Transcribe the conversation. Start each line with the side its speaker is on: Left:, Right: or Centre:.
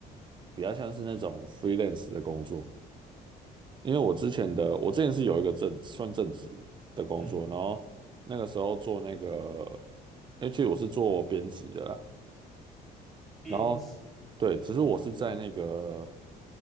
Right: 比较像是那种 freelance 的工作，因为我之前的我之前是有一个正算正职的工作，
Centre: 嗯，
Right: 然后那个时候做那个，因为其实我是做编辑的啦。
Centre: 编辑，
Right: 然后对，只是我是在那个